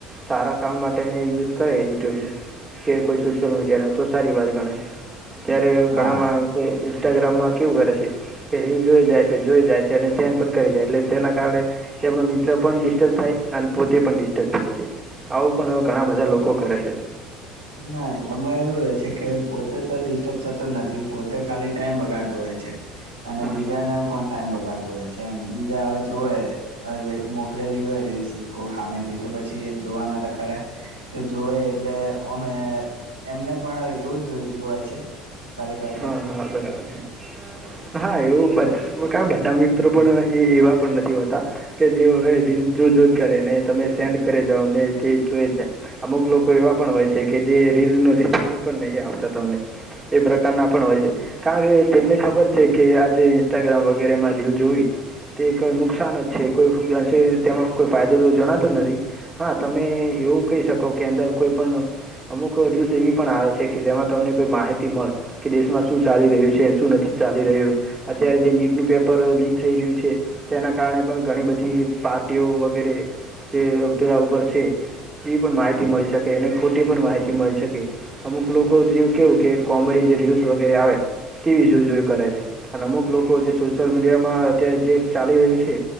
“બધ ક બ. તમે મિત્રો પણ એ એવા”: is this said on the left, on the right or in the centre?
Right